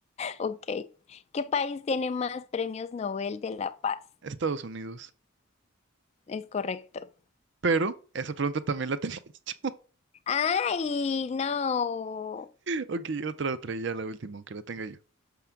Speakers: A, on the left; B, on the right.
A: Ok. ¿Qué país tiene más premios Nobel de la Paz?
B: Estados Unidos.
A: Es correcto.
B: Pero esa pregunta también la tenía <laughs> yo.
A: Ay, no.
B: Ok, otra, otra, y ya la última, aunque la tenga yo.